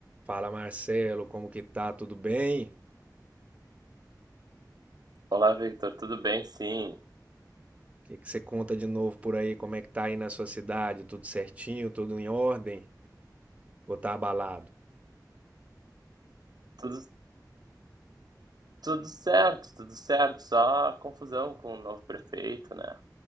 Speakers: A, on the right; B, on the right.
A: Fala Marcelo, como que tá? Tudo bem?
B: Olá, Victor, tudo bem? Sim,
A: O que que você conta de novo por aí? Como é que tá aí na sua cidade? Tudo certinho? Tudo em ordem? Ou tá abalado?
B: tudo, tudo certo, tudo certo. Só confusão com o novo prefeito, né?